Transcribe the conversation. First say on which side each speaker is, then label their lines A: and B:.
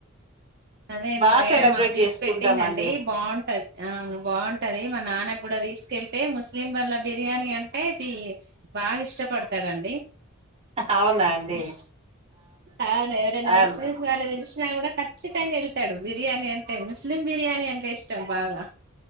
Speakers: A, on the right; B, on the right.
A: అదే
B: బాగా
A: మా మేడం
B: సెలబ్రేట్
A: మాకు చేసి
B: చేసుకుంటామండి
A: పెట్టిందండి బాగుంటది ఆ బాగుంటది మా నాన్నకు కూడా తీసుకెళ్ అంటే ముస్లిం వాళ్ళ బిర్యానీ అంటే ది బాగా ఇష్టపడతాడండి
B: అవునా అండి
A: హ అవును ఎవరైనా
B: అవును
A: ముస్లిం వాళ్ళు పిలిచినా కూడా కచ్చితంగా వెళ్తాడు బిర్యానీ అంటే ముస్ ముస్లిం బిర్యాణి అంటే ఇష్టం బాగా